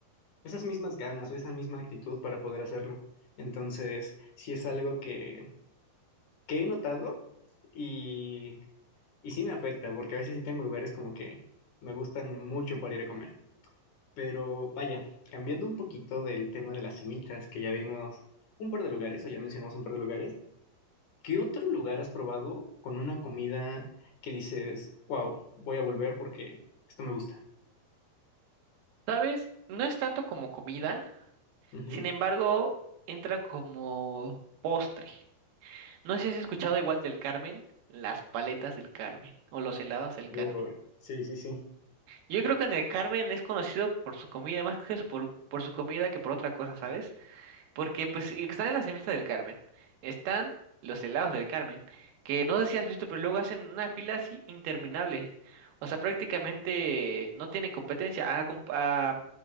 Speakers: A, on the left; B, on the right.
A: esas mismas ganas o esa misma actitud para poder hacerlo. Entonces, sí es algo que, que he notado y, y sí me afecta, porque a veces sí tengo lugares como que me gustan mucho para ir a comer. Pero vaya, cambiando un poquito del tema de las semitas, que ya vimos un par de lugares, o ya mencionamos un par de lugares, ¿qué otro lugar has probado con una comida que dices, wow, voy a volver porque esto me gusta?
B: ¿Sabes? No es tanto como comida,
A: Ujú.
B: sin embargo, entra como postre. No sé si has escuchado igual del Carmen, las paletas del Carmen o los helados del
A: Uy,
B: Carmen.
A: sí, sí, sí.
B: Yo creo que en el Carmen es conocido por su comida, más que eso, por, por su comida que por otra cosa, ¿sabes? Porque pues y están en las fiestas del Carmen, están los helados del Carmen, que no sé si has visto, pero luego hacen una fila así interminable. O sea, prácticamente no tienen competencia. a com- a-